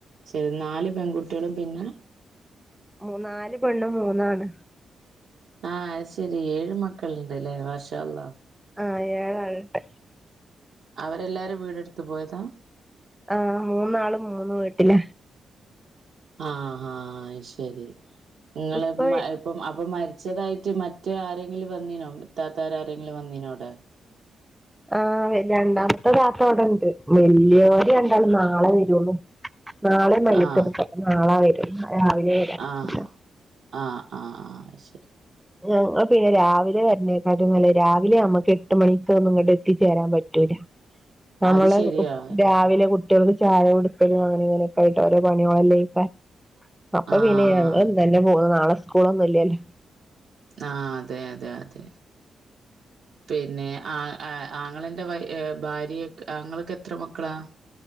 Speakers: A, on the right; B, in the centre.
A: ശെരി നാല് പെൺകുട്ട്യാളും പിന്നെ
B: മു നാല് പെണ്ണും മൂന്നാണ്
A: ആഹ് അത് ശെരി ഏഴ് മക്കള്ണ്ട്ലെ മാഷാള്ള
B: ആഹ് ഏഴാള്ണ്ട്
A: അവരെല്ലാരും വീടെട്ത്ത് പോയതാ
B: ആഹ് മൂന്നാളും മൂന്ന് വീട്ട്ല
A: ആഹ് ആഹ് അത് ശെരി ഇങ്ങള്
B: ഉപ്പ
A: മ് ഇപ്പം അപ്പം മരി ച്ചതായിട്ട് മറ്റേ ആരെങ്കിലും വെന്നിനോ മ് ഇത്താത്താരെരെങ്കിലും വന്നിനോ അവടെ
B: ആഹ് രണ്ടാമത്തെ കാക്ക ഇവടെണ്ട് വല്യോര് രണ്ടാളും നാളെ വെരൊള്ളു നാളെ മയ്യ്ത്ത്ട്ക്ക
A: ആഹ്
B: നാളെ വരും രാവിലെ വരാച്ചിട്ടാ
A: ആഹ് ആഹ് അത് ശെരി
B: ഞങ്ങൾള് പിന്നെ രാവിലെ വെര്നേക്കാട്ടിം നല്ലത് രാവിലെ ഞമ്മക്ക് എട്ട് മണിക്കൊന്നും ഇങ്ങട്ടെത്തിച്ചേരാൻ പറ്റൂല
A: <inaudible>
B: ഞമ്മള്
A: ശരിയാ
B: ഓഹ് രാവിലെ കുട്ടിയൾക്ക് ചായ കൊടുക്കലും അങ്ങനെ ഇങ്ങനെയൊക്കായിട്ട് ഓരോ പണിയോളല്ലേക്കാ അപ്പം
A: ആഹ്
B: പിന്നെ ഞങ്ങള് ഇന്നന്നെ പോന്നു നാളെ സ്കൂളൊന്നും ഇല്ലേല്ലോ
A: ആഹ് അതെ അതെ അതെ പിന്നെ ആഹ് ആഹ് ആങ്ങളെൻ്റെ വൈ ഏഹ് ഭാര്യെക്ക് ആങ്ങളക്ക് എത്ര മക്കളാ